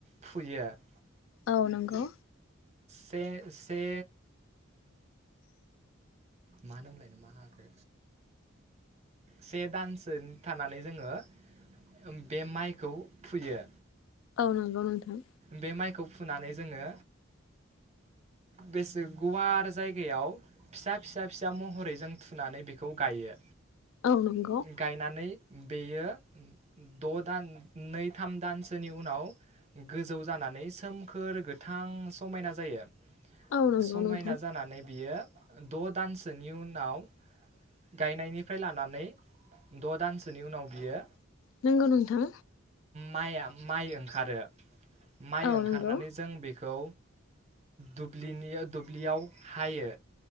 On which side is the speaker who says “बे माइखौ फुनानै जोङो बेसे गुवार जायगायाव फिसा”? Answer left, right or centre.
Right